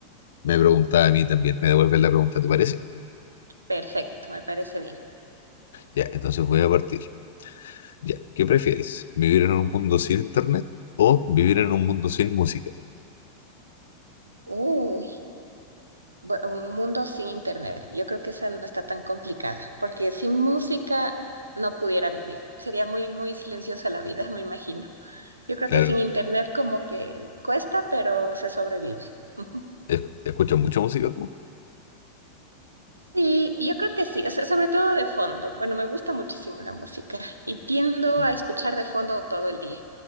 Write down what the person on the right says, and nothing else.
Perfecto, me parece bien.
Uy, bu- un mundo sin internet. Yo creo que esa no está tan complicada, porque sin música no pudiera vivir. Sería muy, muy silenciosa la vida, me imagino. Yo creo
que sin internet como que cuesta, pero se sobrevive. <laughs>
Sí, yo creo que sí, o sea, sobre todo de fondo. Bueno, me gusta muchísimo la música y tiendo
a escuchar de fondo todo el día.